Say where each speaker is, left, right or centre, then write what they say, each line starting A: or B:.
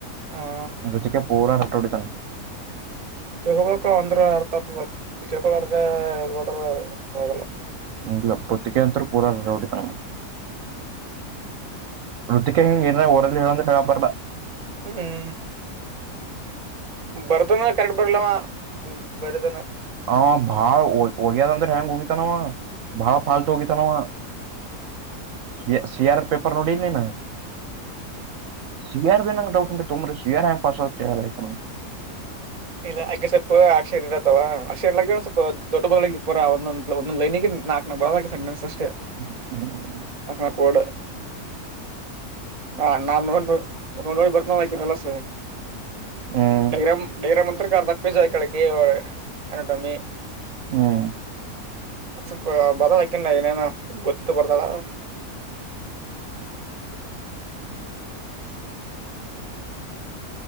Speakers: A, on the right (about 30°); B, on the right (about 65°).
A: ಆ
B: ರುಚಿಕ ಪೂರ ರಟ್ಟ ಹೊಡಿತನ.
A: ತೊಗೊಬೇಕು ಅಂದ್ರ ಅರ್ಥ ಆತದ ತಿಳ್ಕೊಳ್ಲಾರ್ದೇ ಇಲ್ ಬಂದ್ರೆ ಆಗೋಲ್ಲ.
B: ಹ್ಮ್ ಇಲ್ಲ <unintelligible> ಅಂತರ ಪೂರಾ ರಡ ಹೊಡಿತಾನ ಅವ.
A: ಹ್ಮ್ <inaudible>
B: <unintelligible> ಹೇಳಾಕ್ ಬರಲ್ಲ.
A: ಹ್ಮ್ ಹ್ಮ್. ಬರದನ ಕರೆಕ್ಟ್ ಬರ್ಲವ ಬರದನ.
B: ಆ ಭಾಳ ಒ ಒಗ್ಯದ ಅಂದ್ರೆ ಹ್ಯಾಂಗ್ ಉಗಿತಾನವ ಬಹಳ ಫಾಲ್ತು ಉಗಿತಾನವ. ಸಿ ಸಿಯಾರ ಪೇಪರ್ ನೋಡಿಲ್ ನೀನ್. ಸಿಯಾರ್ದ ಏನಾದ್ರ ಡೌಟ್ ಇದ್ರೆ ತಗೊಂಬರ್ರಿ ಸಿಯಾರ ಹೆಂಗ್ ಪಾಸ್ ಆಗೋದ್ <unintelligible>
A: ಇಲ್ಲ ಅಕೆ ಸ್ವಲ್ಪ ಅಕ್ಷರ ಇರತ್ತವ ಅಕ್ಷರ ಇಲ ಸ್ವಲ್ಪ ದೊಡ್ಡ ಬೆರಳಿಂಗ್ ಇಪ್ಪರಾ ಒಂದೊಂದ ಒಂದಂದು ಲೈನಿಗೆ ನಾಲ್ಕನ <unintelligible> ಸೆಂಟೆನ್ಸ್ ಅಷ್ಟೆ
B: ಹ್ಮ್
A: ನಾಕ್ ನಾಕ್ ವರ್ಡ್. ಹಾ ನಾನ್ ನೋ ನೋ ನೋಡ್ ನೋಡಿ ಬರ್ತನ ಆಕಿ <unintelligible>
B: ಹ್ಮ್
A: ಡೈಗ್ರಾಮ್ ಡೈಗ್ರಾಮ್ ಅಂತ್ರಕ್ಕೆ ಅರ್ಧ ಪೇಜ್ ಹೈಕೊಳ್ಳೋಕೆ ಅನಾಟಮಿ.
B: ಹ್ಮ್.
A: ಸ್ವಲ್ಪ ಬರಲ್ಲಾಕಿನ ಏನೇನ ಗೊತ್ತು ಬರ್ದಾಳ ಹಾ <inaudible>